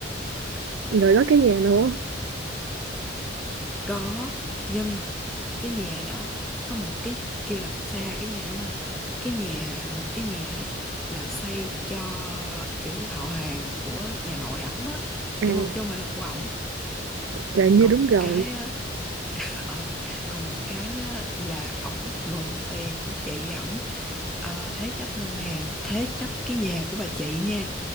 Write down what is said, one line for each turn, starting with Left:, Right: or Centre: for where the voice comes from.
Right: rồi có cái nhà nào không
Centre: có nhưng cái nhà đó có một cái kêu là xây hai cái nhà đúng không cái nhà một cái nhà á, là xây cho kiểu họ hàng của nhà nội ổng á
Right: à,
Centre: hiểu
Right: à,
Centre: không chứ không phải là của ổng
Right: trời như
Centre: còn
Right: đúng
Centre: một
Right: rồi
Centre: cái á <laughs> ờ, còn một cái á, là ổng mượn tiền của chị ổng ờ, thế chấp ngân hàng thế chấp cái nhà của bà chị nha